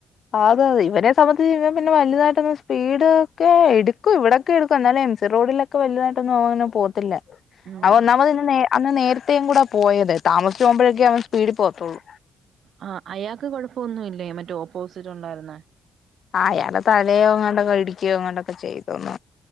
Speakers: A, on the left; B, on the right.
A: അത അതെ ഇവരെ സംബന്ധിച്ചിവൻ പിന്നെ വലുതായിട്ടൊന്ന് സ്പീഡ് ഒക്കെ എടുക്കും ഇവിടൊക്കെ എടുക്കും എന്നാലും എം സി റോഡിലൊ ക്കോ വൽതായിട്ടൊന്നുംങ്ങനെ പോകത്തില്ല
B: ഉം
A: അവ ഒന്നാമതിന്ന അന്ന് നേരത്തേും കൂടാ പോയത് താമസിച്ച പോകുമ്പോഴേക്കെ അവൻ സ്പീഡിൽ പോകത്തുള്ളൂ
B: ആഹ് അയാൾക്ക് കൊഴപ്പമൊന്നുല്ലേ മറ്റേ ഓപ്പോസിറ്റ് ഉണ്ടായിരുന്ന
A: ആഹ് അയാള് തലയോ അങ്ങോട്ടൊക്കെ ഇടിക്കുകയോ അങ്ങോട്ടൊക്കെ ചെയ്തോന്നു